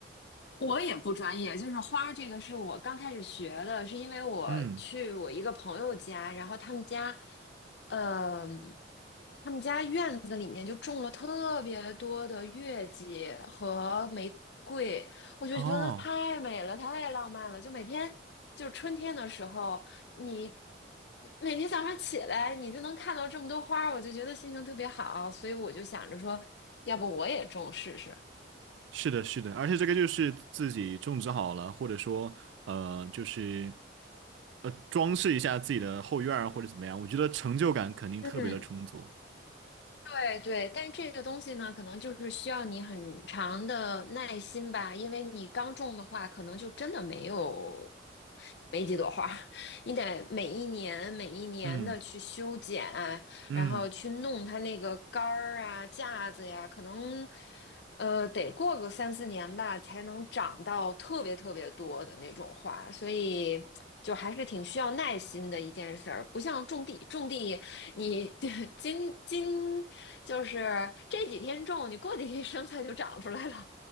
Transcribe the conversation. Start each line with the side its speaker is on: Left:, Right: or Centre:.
Left: 我也不专业，就是花儿这个是我刚开始学的，是因为我去我一个朋友家，
Right: 嗯，
Left: 然后他们家，呃，他们家院子里面就种了特别多的月季和玫瑰，我就觉得太美了，
Right: 哦，
Left: 太浪漫了，就每天就是春天的时候，你每天早上起来你就能看到这么多花儿，我就觉得心情特别好，所以我就想着说，要不我也种试试。
Right: 是的，是的，而且这个就是自己种植好了，或者说呃，就是呃装饰一下自己的后院儿或者怎么样，我觉得成就感肯定特别的充足。
Left: 嗯。对对，但这个东西呢，可能就是需要你很长的耐心吧，因为你刚种的话，可能就真的没有。没几朵花儿，你得每一年每一年的去修剪，
Right: 嗯嗯。
Left: 然后去弄它那个杆儿啊、架子呀，可能呃得过个三四年吧，才能长到特别特别多的那种花，所以就还是挺需要耐心的一件事儿，不像种地，种地你 <laughs> 今今就是这几天种，你过几天生菜就长出来了。